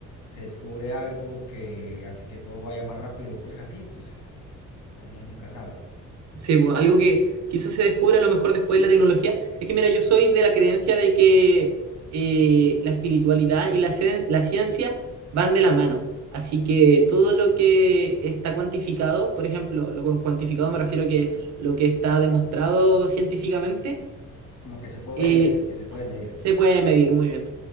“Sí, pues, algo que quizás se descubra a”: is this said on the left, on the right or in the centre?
Right